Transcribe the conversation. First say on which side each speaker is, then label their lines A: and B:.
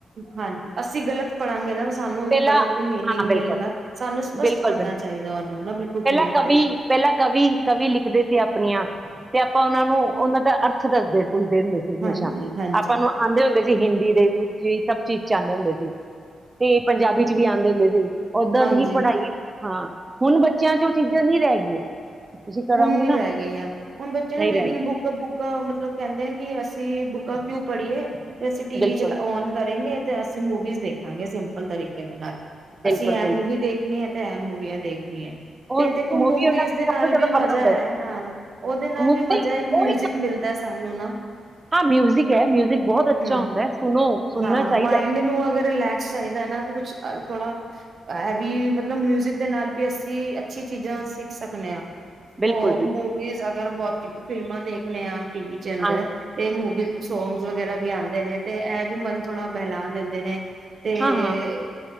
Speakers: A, on the right; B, on the right.
A: ਹਾਂਜੀ ਅਸੀਂ ਗਲਤ ਪੜਾਂਗੇ ਨਾ ਸਾਨੂੰ
B: ਪਹਿਲਾਂ
A: ਗਲਤ ਹੀ ਮੀਨਿੰਗ
B: ਹਾਂ ਬਿਲਕੁਲ
A: ਮਿਲੇਗਾ ਸਾਨੂੰ ਸਪਸ਼ਟ
B: ਬਿਲਕੁਲ
A: ਪੜ੍ਹਨਾ
B: ਬਿਲਕੁਲ
A: ਚਾਹੀਦਾ ਉਹਨੂੰ ਨਾ ਬਿਲਕੁਲ
B: ਪਹਿਲਾਂ
A: ਕਲੀਅਰ
B: ਕਵੀ
A: ਤਰੀਕੇ ਨਾਲ
B: ਪਹਿਲਾਂ ਕਵੀ ਕਵੀ <unintelligible> ਆਪਣੀਆਂ ਤੇ ਆਪਾਂ ਉਹਨਾਂ ਨੂੰ ਉਹਨਾਂ ਦਾ ਅਰਥ ਦੱਸਦੇ <inaudible> ਫੁੱਲਦੇ ਹੁੰਦੇ ਸੀ ਹਮੇਸ਼ਾ
A: ਹਾਂਜੀ-ਹਾਂਜੀ,
B: ਆਪਾਂ ਨੂੰ ਆਉਂਦੇ ਹੁੰਦੇ <unintelligible> ਹਿੰਦੀ ਦੇ ਸਭ ਚੀਜ਼ ਚ ਆਉਂਦੇ ਹੁੰਦੇ ਸੀ ਤੇ ਪੰਜਾਬੀ ਚ ਵੀ ਆਉਂਦੇ ਹੁੰਦੇ ਸੀ <unintelligible>
A: ਹਾਂਜੀ
B: ਓਦਾਂ ਦੀ ਹੀ
A: ਹਾਂਜੀ।
B: ਪੜ੍ਹਾਈ <unintelligible> ਹਾਂ ਹੁਣ ਬੱਚਿਆਂ ਚ ਉਹ ਚੀਜ਼ਾਂ ਨਹੀਂ ਰਹਿ ਗਈਆਂ ਤੁਸੀਂ ਕਰਾਓਗੇ
A: <unintelligible> ਹੁਣ ਨੀ
B: ਨਾ
A: ਰਹਿ ਗਈ ਆ ਹੁਣ ਬੱਚੇ ਨਾ
B: ਨਹੀਂ
A: ਰੀਡਿੰਗ
B: ਰਹਿ ਗਈ
A: ਬੁੱਕ ਬੁੱਕ ਮਤਲਬ ਕਹਿੰਦੇ ਨੇ ਕਿ ਅਸੀਂ ਬੁ <unintelligible> ਕਿਉਂ ਪੜੀਏ <unintelligible> ਤੇ ਅਸੀਂ ਟੀ
B: ਬਿਲਕੁਲ
A: ਵੀ ਚ ਨ ਕਰੇਗੇ ਤੇ ਅਸੀਂ ਮੂਵੀਜ਼ ਦੇਖ <unintelligible> ਸਾਂਗੇ ਸ ਸਿੰਪਲ ਤਰੀਕੇ ਦੇ ਲ <unintelligible>
B: ਬਿਲਕੁਲ
A: ਅਸੀਂ ਇਹ
B: ਬਿਲਕੁਲ
A: ਮੂਵੀ ਦੇਖਣੀ ਹੈ ਤੇ ਐ ਮੂਵੀਆਂ ਦੇਖ <inaudible> ਜੀ <unintelligible> ਤੇ
B: ਔਰ
A: ਦੇਖੋ ਮੂੰ
B: ਮੂਵੀ ਉਹਨਾਂ
A: ਵੀ ਇਸਦੇ
B: ਦਾ ਸਭ
A: ਨਾਲ
B: ਤੋਂ ਜ਼ਿਆਦਾ
A: <unintelligible> ਵੀ ਮਜ਼ਾ
B: ਪਤਾ ਹੁੰਦਾ
A: ਹੈ ਹਾਂ ਉਹਦੇ ਨਾਲ
B: ਮੁੱਦੇ
A: ਵੀ ਮਜ਼ਾ ਇੱਕ ਮਿਊਜਿਕ
B: ਉਹ
A: ਮਿਲਦਾ ਸਾਨੂੰ ਨਾ
B: ਹਾਂ ਮਿਊਜ਼ਿਕ ਹੈ ਮਿਊਜ਼ਿਕ ਬਹੁਤ ਅੱਛਾ
A: ਹਮ
B: ਹੁੰਦਾ ਹੈ ਸੁਣੋ ਸੁਣਨਾ
A: ਹਾਂ ਮਾਇੰਡ
B: ਚਾਹੀਦਾ ਹੈ
A: ਨੂੰ ਅਗਰ ਰਿਲੈਕਸ ਚਾਹੀਦਾ ਨਾ ਕੁਛ <inaudible> ਥੋੜਾ <unintelligible> ਵੀ ਮਤਲਬ ਮਿਊਜਿਕ ਦੇ ਨਾਲ <unintelligible> ਵੀ ਅਸੀਂ ਅੱਛੀ ਚੀਜ਼ਾਂ ਸਿੱਖ ਸਕਦੇ ਹਾਂ <unintelligible>
B: ਬਿਲਕੁਲ
A: ਹੋ
B: ਬਿਲਕੁਲ
A: ਮੂਵੀਜ਼ ਅਗਰ ਬਹੁ <unintelligible> ਫਿਲਮਾਂ ਦੇਖਣੇ ਆ <unintelligible> ਟੀ ਵੀ ਚ ਆਉਦਾ
B: ਹਾਂਜੀ
A: ਤੇ ਮੂਵੀ <unintelligible> ਸੌਂਗਸ ਵਗੈਰਾ ਵੀ ਆਉਂਦੇ ਨੇ ਤੇ ਇਹ ਵੀ ਮਨ ਥੋੜਾ ਬਹਿਲਾਾਨ ਦਿੰਦੇ ਨੇ <unintelligible> ਤੇ <unintelligible>
B: ਹਾਂ ਹਾਂ